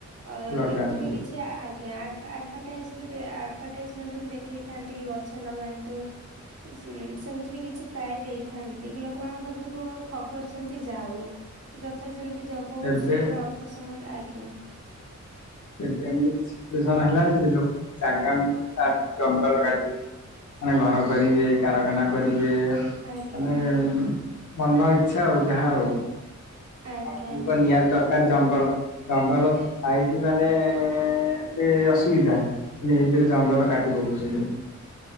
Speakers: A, on the right; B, on the left.
A: ଆ
B: ଲଗାନ୍ତୁ।
A: ଏମିତି ବି କିଛି ଆଜ୍ଞା ଆଡଭଟାଇଜ ବି ମଣ୍ଟ ଦେଖେଇଥାନ୍ତି କି ଗଛ ଲଗାନ୍ତୁ ସେମିତି ବି କିଛି ପ୍ରାୟ ଦେଇ ଥାନ୍ତି କି ଲୋକମାନଙ୍କ ପାଖକୁ ଖବର ଯେମିତି ଯାଉ ଯଥା ଯେମତି ବହୁତ
B: ଏବେ
A: ଶୀଘ୍ର ଅଳ୍ପ ସମୟରେ ଆଇକି
B: ଏବେ ଏମିତି ସିଚୁଏସନ ହେଲାଣି ଯେ ଲୋକଙ୍କୁ ଜାଗା ମିଳୁ ତା ଜଙ୍ଗଲ କାଟ ମାନେ ଘର କରିବେ କାରଖାନା କରିବେ ମାନେ
A: ଆଜ୍ଞା ଆଜ୍ଞା
B: ମନ ଇଛା ଆଉ ଯାହା ଆଉ।
A: ଆଜ୍ଞା
B: ଆ ତମକୁ ନିହାତି ଦରକାର ଜଙ୍ଗଲ ଜଙ୍ଗଲ ଖାଇକି ମାନେ ଏତେ ଅସୁବିଧା ମ ଏଇଥିରେ ଜଙ୍ଗଲ କାଟି ପକଉଛନ୍ତି।